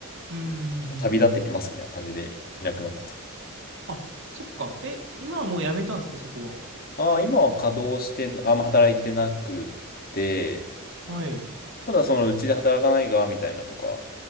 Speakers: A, on the right; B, on the left.
A: うん。うんうん
B: ちょっと旅立ってきますみたいな感じでいなくなったと。
A: あ、そっか。え、今はもうやめたんですか、そこ
B: ああ、今は稼働してん、あんま働いてなくて、
A: は。はい。
B: ただそのうちで働かないが、みたいなとか、